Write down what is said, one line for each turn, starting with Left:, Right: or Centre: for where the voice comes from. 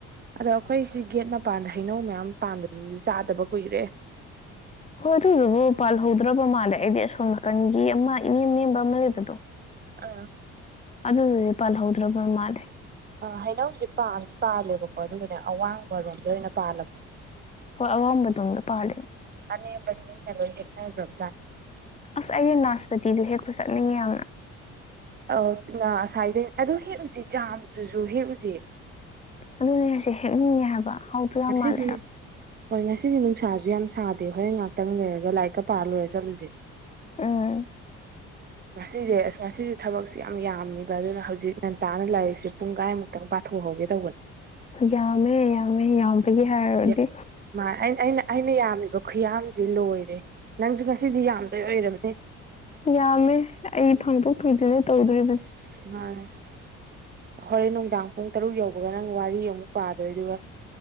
Right: ꯑꯗꯣ ꯑꯩꯈꯣꯏꯁꯤ ꯒꯦꯠ ꯃꯄꯥꯟꯗ ꯍꯩꯅꯧ ꯃꯌꯥꯝ ꯄꯥꯟꯕꯁꯤꯁꯨ ꯆꯥꯗꯕ ꯀꯨꯏꯔꯦ
Left: ꯍꯣꯏ ꯑꯗꯨꯗꯨꯕꯨ ꯄꯥꯜꯍꯧꯗ꯭ꯔꯕ ꯃꯥꯜꯂꯦ ꯑꯩꯗꯤ ꯑꯁꯣꯝ ꯅꯥꯀꯟꯒꯤ ꯑꯃ ꯏꯅꯦꯝ ꯅꯦꯝꯕ ꯑꯃ ꯂꯩꯕꯗꯣ
Right: ꯑꯥ
Left: ꯑꯗꯨꯗꯤ ꯄꯜꯍꯧꯗ꯭ꯔꯕ ꯃꯥꯜꯂꯦ
Right: ꯑ ꯍꯩꯅꯧꯖꯦ ꯄꯥꯟꯗꯤ ꯄꯥꯜꯂꯦꯕꯀꯣ ꯑꯗꯨꯒꯅꯦ ꯑꯋꯥꯡꯕꯔꯣꯝꯗ ꯑꯣꯏꯅ ꯄꯥꯜꯂꯕꯗꯣ
Left: ꯑꯋꯥꯝꯕ ꯇꯣꯟꯗ ꯄꯥꯂꯦ
Right: ꯑꯅꯕꯗꯤ ꯍꯦꯛꯅ꯭ꯔꯖꯥ
Left: ꯑꯁ ꯑꯩꯒꯤ ꯅꯥꯁꯄꯇꯤꯗꯨ ꯍꯦꯛꯄ ꯆꯠꯅꯤꯡꯉꯤ ꯌꯥꯝꯅ
Right: ꯑ ꯉꯁꯥꯏꯗꯩ ꯑꯗꯨ ꯍꯦꯛꯎꯖꯦ ꯖꯥꯝꯗꯨꯁꯨ ꯍꯦꯛꯎꯖꯦ
Left: ꯑꯗꯨꯅꯦꯁꯦ ꯍꯦꯛꯅꯤꯡꯉꯦ ꯍꯥꯏꯕ ꯌꯥꯝ
Right: ꯀꯁꯒꯤ
Left: ꯃꯥꯜꯂꯦ ꯍꯥꯏꯕ
Right: ꯍꯣꯏ ꯉꯁꯤꯗꯤ ꯅꯨꯡꯁꯥꯁꯨ ꯌꯥꯝ ꯁꯥꯗꯦ ꯍꯣꯔꯦꯟ ꯉꯥꯛꯇꯪ ꯂꯩꯔꯒ ꯂꯥꯏꯔꯤꯛꯀ ꯄꯥꯂꯣꯏꯦ ꯆꯠꯂꯨꯁꯦ
Left: ꯎꯝ
Right: ꯉꯁꯤꯁꯦ ꯑꯁ ꯉꯁꯤꯁꯦ ꯊꯕꯛꯁꯦ ꯌꯥꯝ ꯌꯥꯝꯅꯤꯕ ꯑꯗꯨꯅ ꯍꯧꯖꯤꯛ ꯉꯟꯇꯥꯅ ꯂꯔꯤꯁꯦ ꯁꯤ ꯄꯨꯡ ꯀꯥꯏꯃꯨꯛꯇꯪ ꯄꯥꯊꯣꯛꯍꯧꯒꯦ ꯇꯧꯕꯅꯦ
Left: ꯌꯥꯃꯦ ꯌꯥꯃꯦ ꯌꯥꯝꯒꯤ ꯍꯥꯏꯔꯗꯤ
Right: ꯁꯤ ꯃꯥ ꯑꯩꯅ ꯑꯩꯅ ꯑꯩꯅ ꯌꯥꯝꯃꯤꯕ ꯈꯨꯌꯥꯝꯁꯤ ꯂꯣꯏꯔꯦ ꯅꯪꯖꯨ ꯉꯁꯤꯗꯤ ꯌꯥꯝꯗꯣꯏ ꯑꯣꯏꯔꯝꯅꯤ
Left: ꯌꯥꯝꯃꯦ ꯑꯩ ꯐꯪꯗꯣꯛ ꯇꯧꯗ꯭ꯔꯤ
Right: <unintelligible> ꯍꯣꯔꯦꯟ ꯅꯨꯡꯗꯥꯡ ꯄꯨꯡ ꯇꯔꯨꯛ ꯌꯧꯕꯒ ꯅꯪ ꯋꯥꯔꯤ ꯑꯃꯨꯛ ꯄꯥꯗꯣꯏ ꯑꯗꯨꯒ